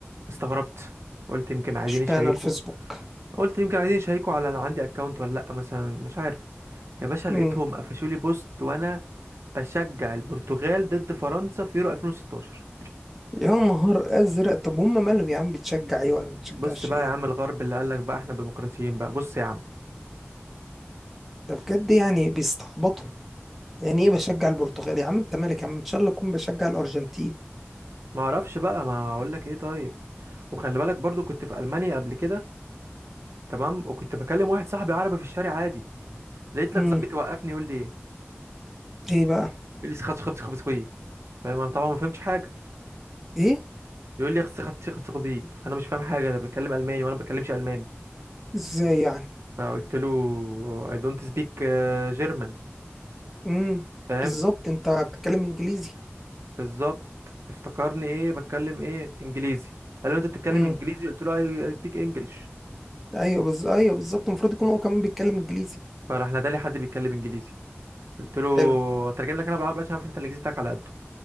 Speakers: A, on the right; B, in the centre.
A: استغربت قلت يمكن عايزين
B: اشمعنى
A: يشيكوا
B: الفيسبوك
A: قلت يمكن عايزين يشيكوا على لو عندي اكونت ولا لا مثلا مش عارف يا باشا
B: مم.
A: لقيتهم قفشوا لي بوست وانا بشجع البرتغال ضد فرنسا في يورو 2016
B: يا نهار ازرق طب هم مالهم يا عم بتشجع ايه ولا ما بتشجعش
A: بص بقى
B: ايه
A: يا عم الغرب اللي قال لك بقى احنا ديمقراطيين بقى بص يا عم
B: ده بجد يعني بيستعبطوا يعني ايه بشجع البرتغال يا عم انت مالك يا عم ان شاء الله اكون بشجع الارجنتين
A: ما اعرفش بقى ما اقول لك ايه طيب وخلي بالك برضو كنت في المانيا قبل كده تمام وكنت بكلم واحد صاحبي عربي في الشارع عادي لقيت لك
B: مم.
A: ظابط يوقفني يقول لي ايه
B: ايه بقى
A: يقول لي خبز خبز خبز خوي فاهم انا طبعا ما فهمتش حاجه
B: ايه
A: يقول لي اخس خدت خدت بي فانا مش فاهم حاجه انا بتكلم الماني وانا ما بتكلمش الماني
B: ازاي يعني
A: فقلت له I don't speak آه، German
B: امم
A: فاهم
B: بالظبط انت بتتكلم انجليزي
A: بالظبط افتكرني ايه بتكلم ايه انجليزي قال له انت بتتكلم
B: امم
A: انجليزي قلت له I I speak English
B: ايوه بز... ايوه بالظبط المفروض يكون هو كمان بيتكلم انجليزي
A: فراح نادى لي حد بيتكلم انجليزي قلت له
B: حلو
A: اترجم لك انا بالعربي عشان عارف انت الانجليزي بتاعك على قده